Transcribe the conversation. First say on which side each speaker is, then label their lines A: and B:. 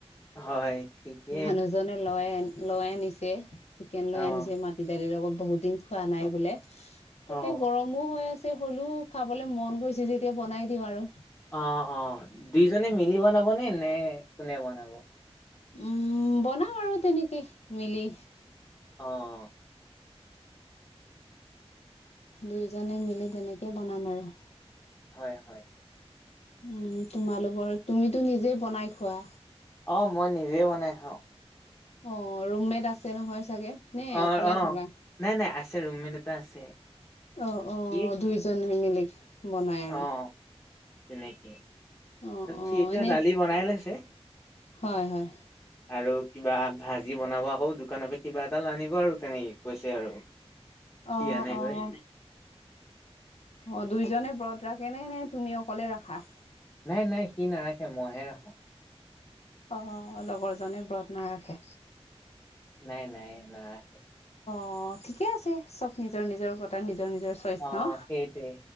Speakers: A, on the left; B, on the left.
A: হয়, ঠিকেই
B: মানুহজনে লয়ে। লৈ আনিছে চিকেন লৈ
A: অ',
B: আনিছে মাটি দালিৰ লগত বহুত দিন খোৱা নাই বোলে। তাতে
A: অ'।
B: গৰমো হৈ আছে হ'লেও খাবলে মন গৈছে যেতিয়া বনাই দিওঁ আৰু
A: অহ - অহ দুইজনে মিলি বনাব নে- নে কোনে বনাব?
B: উম, বনাও আৰু তেনেকে মিলি
A: অহ
B: দুইজনে মিলি তেনেকে বনাম আৰু
A: হয় হয়
B: উম তোমালোকৰ তুমিতো নিজেই বনাই খোৱা
A: অ মই নিজে বনাই খাওঁ
B: অ ৰুমমেট আছে নহয় চাগে নে
A: অ',
B: অকলে
A: অ'।
B: থাকা
A: নাই, নাই আছে ৰুমমেট এটা আছে।
B: অহ অহ
A: সি
B: দুইজনে মিলি বনাই
A: অ',
B: আৰু
A: তেনেকে
B: অ
A: তত
B: অ
A: সি এতিয়া
B: এনেই
A: দালি বনাই লৈছে
B: হয় হয়
A: আৰু কিবা ভাজি বনাব আকৌ দোকানৰ পৰা কিবা এটা আনিব আৰু তেনেকে কৈছে আৰু
B: অহ
A: কি আনে
B: অহ
A: গৈ।
B: অ দুইজনে ব্ৰত ৰাখে নে নে তুমি অকলে ৰাখা
A: নাই নাই সি নাৰাখে মইহে ৰাখো
B: অহ লগৰজনে ব্ৰত নাৰাখে।
A: নাই নাই নাৰাখে।
B: অ ঠিকে আছে চব নিজৰ নিজৰ ওপতাৰ নিজ। নিজৰ নিজৰ চইচ
A: অ',
B: ন
A: সেইটোৱে।